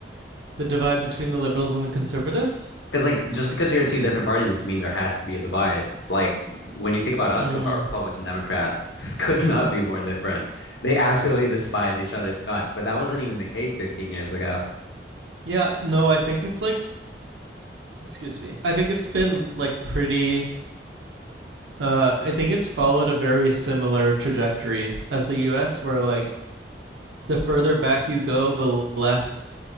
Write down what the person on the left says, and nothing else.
Because like just because you're in two different parties doesn't mean there has to be a divide. Like when you think about us
so far, Republican Democrat <laughs> could not be more different. They absolutely despise each other's guts, but that wasn't even the case 15 years ago.